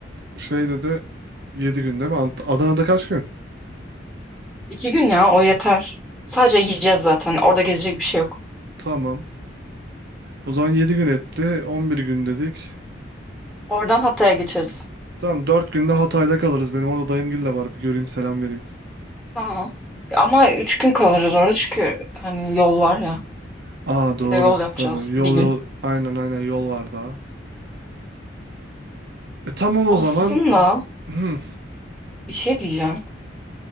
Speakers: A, on the right (about 60°); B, in the centre.
A: Şeyde de yedi gün değil mi? Ant- Adana'da kaç gün?
B: İki gün ya o yeter. Sadece yiyeceğiz zaten. Orada gezecek bir şey yok.
A: Tamam. O zaman yedi gün etti, on bir gün dedik.
B: Oradan Hatay'a geçeriz.
A: Tamam, dört günde Hatay'da kalırız. Benim orada dayımgil de var, bir göreyim selam vereyim.
B: Tamam. Ama üç gün kalırız orada çünkü hani yol var ya.
A: Aa doğru,
B: Bir de yol yapacağız
A: tabii. Yol
B: bir gün.
A: yol, aynen aynen yol var daha. E tamam o
B: Aslında
A: zaman. Hmm.
B: bir şey diyeceğim.